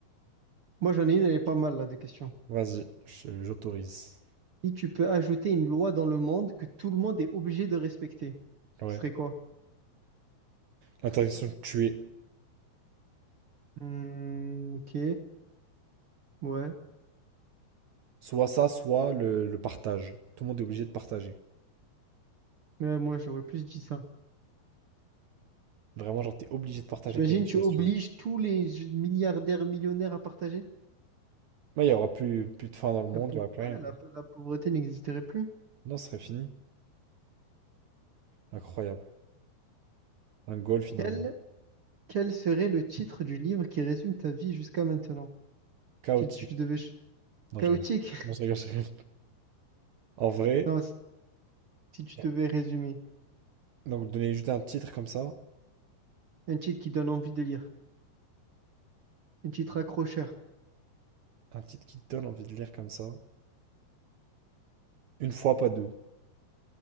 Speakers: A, on the right; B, on the right.
A: Moi, j'en ai une, elle est pas mal là, des questions.
B: Vas-y, je- j'autorise.
A: Si tu peux ajouter une loi dans le monde que tout le monde est obligé de respecter,
B: Ouais.
A: ce serait quoi?
B: L'interdiction de tuer.
A: Hmm, ok, ouais.
B: Soit ça, soit le, le partage. Tout le monde est obligé de partager.
A: Mais moi, j'aurais plus dit ça.
B: Vraiment, genre, t'es obligé de partager
A: T'imagines,
B: tes richesses,
A: tu obliges
B: tu vois.
A: tous les milliardaires, millionnaires à partager?
B: Là, il y aura plus, plus de faim dans le monde,
A: La, pau-
B: il y aura plus rien,
A: ouais,
B: quoi.
A: la- la pauvreté n'existerait plus.
B: Non, ce serait fini. Incroyable. Un goal, finalement.
A: Quel, quel serait le titre du livre qui résume ta vie jusqu'à maintenant?
B: Chaotique.
A: Si tu devais... ch-
B: Non,
A: Chaotique?
B: je rigole.
A: <laughs>
B: Non, je rigole, je rigole. En vrai...
A: Non, si si tu
B: Ouais.
A: devais résumer.
B: Donc donner juste un titre comme ça,
A: Un titre qui donne envie de lire. Un titre accrocheur.
B: un titre qui te donne envie de lire comme ça, une fois pas deux.